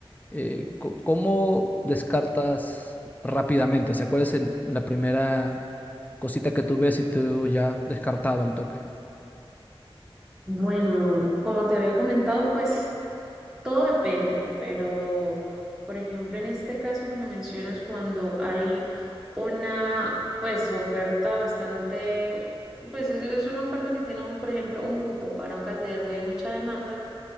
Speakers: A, on the left (about 15°); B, in the centre.
A: eh, co- ¿cómo descartas rápidamente? O sea, ¿cuál es el- la primera cosita que tú ves y tú ya descartado al toque?
B: Bueno, como te había comentado, pues todo depende, pero por ejemplo, en este caso que me mencionas, cuando hay una pues oferta bastante, pues es es una oferta que tiene un, por ejemplo, un cupo para un candidato y hay mucha demanda,